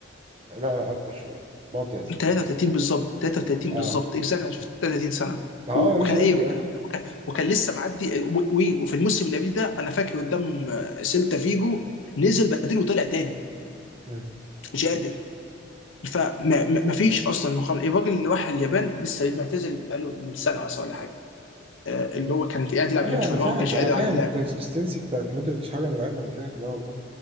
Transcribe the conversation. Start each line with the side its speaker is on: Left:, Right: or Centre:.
Right: لا لا اكبر شويه 34 يعني
Left: 33 بالظبط 33
Right: اه
Left: بالظبط اكزاكتلي انا شفت 33 سنه
Right: ما هو
Left: و-
Right: مشي
Left: وكان
Right: بدري
Left: ايه وكان
Right: آه، انا
Left: وكان, وكان لسه معدي و- و- وفي الموسم اللي قبليه ده انا فاكر قدام آه، سيلتا فيجو نزل بديل وطلع تاني
Right: مم.
Left: مش قادر فما فيش اصلا مقابله الراجل اللي راح اليابان لسه معتزل بقاله من سنه مثلا ولا حاجه آه، اللي هو كان قاعد يلعب
Right: ايوه
Left: هناك شويه
Right: انا فاهم
Left: هو ما كانش
Right: انا
Left: قادر
Right: فاهم
Left: على اللعب
Right: الكونسستنسي بتاعت مودريتش حاجه مرعبه انا فاهم ده والله